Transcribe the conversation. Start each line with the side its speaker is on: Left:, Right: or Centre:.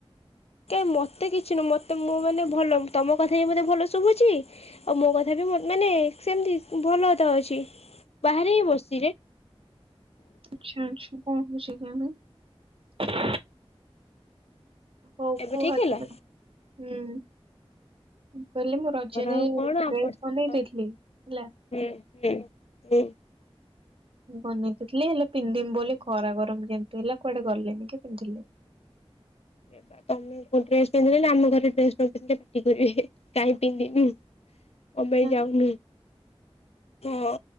Left: କାଇଁ ମୋତେ କିଛି ନୁହଁ ମତେ ମୁଁ ମାନେ ଭଲ ତମ କଥା ହି ମତେ ଭଲ ଶୁଭୁଛି ଆଉ ମୋ କଥା ବି ମାନେ ସେମିତି ଭଲ ତ ଅଛି ବାହାରେ ହିଁ ବସିଚି ରେ।
Right: ଆଚ୍ଛା ଆଚ୍ଛା କଣ ହଉଛି କେଜାଣି। ହଉ
Left: ଏବେ
Right: କୁହ
Left: ଠିକ ହେଲା।
Right: ତୁ ମ ହୁଁ ମୁଁ କହିଲି ମୁଁ ରଜରେ
Left: ଆମର ଆଉ କଣ
Right: ଡ୍ରେସ୍
Left: ଆମରତ
Right: ବନେଇ ଦେଇଥିଲି ହେଲା
Left: <unintelligible>
Right: ବନେଇ ଦେଇଥିଲି ହେଲେ ପିନ୍ଧିବି ବୋଲି ଖରା ଗରମ ଯେମତି ହେଲା କୁଆଡେ ଗଲେନି କି ପିନ୍ଧିଲିନି।
Left: ବା ତମେ କୋଉ ଡ୍ରେସ ପିନ୍ଧିଲ ଆମ ଘରେ ଡ୍ରେସ ନ ପିନ୍ଧିଲ ପାଟି କରିବେ କାହିଁ ପିନ୍ଧିନୁ। କ ପାଇ
Right: ହଁ
Left: ଯାଉନୁ। ହଁ